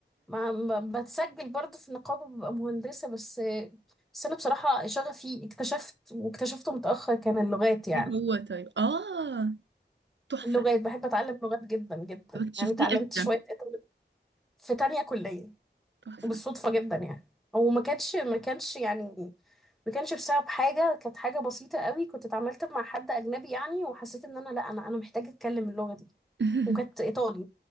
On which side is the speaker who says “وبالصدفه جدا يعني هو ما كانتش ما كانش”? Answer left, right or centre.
Centre